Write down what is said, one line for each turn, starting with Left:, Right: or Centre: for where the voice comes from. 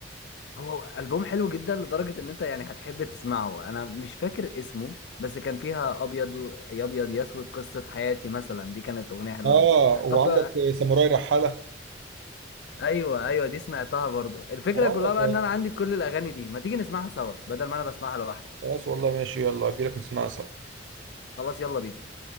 Left: هو ألبوم حلو جدا لدرجة إن أنت يعني هتحب تسمعه أنا مش فاكر اسمه بس كان فيها أبيض و- يا أبيض يا أسود قصة حياتي مثلا دي كانت أغنية حلوة
Right: اه
Left: جدا
Right: وعندك
Left: طب
Right: ساموراي رحالة
Left: ايوه ايوه دي سمعتها برضو الفكره
Right: اه
Left: كلها بقى
Right: ك-
Left: ان انا عندي كل الاغاني دي ما تيجي نسمعها سوا بدل ما انا بسمعها لوحدي
Right: خلاص والله ماشي يلا اجي لك نسمعها سوا
Left: خلاص يلا بينا